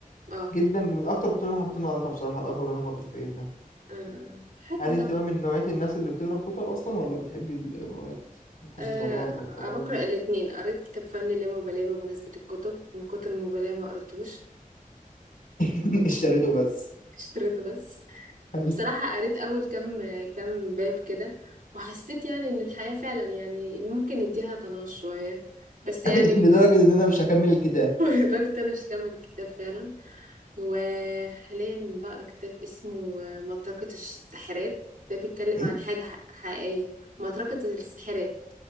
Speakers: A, on the right; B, on the left.
A: اه
B: جدا من اكتر الكتب اللي انا حبيت ان أنا قريتها بصراحة الاب الغني والاب الفقير ده
A: امم حلو
B: هل انت
A: طب
B: بقى من نوعية الناس اللي بتقرا الكتب اصلا ولا بتحبي الروايات وقصص
A: أه
B: الرعب والحوارات
A: بقرأ
B: دي
A: الاتنين قريت كتاب فن اللامبالاة بمناسبة الكتب من كتر المبالاة ما قريتهوش
B: <laughs> اشتريته بس
A: <laughs> اشتريته بس
B: حلو
A: بصراحة قريت أول كام كام باب كده وحسيت يعني إن الحياة فعلا يعني ممكن نديها طناش شوية بس
B: <laughs>
A: يعني م-
B: لدرجة ان انا مش هكمل الكتاب
A: <laughs> لدرجة أنا مش هكمل الكتاب فعلا وحاليا بقرا كتاب اسمه آه، مطرقة الساحرات ده بيتكلم
B: ايه
A: عن حاجة ح- حقيقية مطرقة الساحرات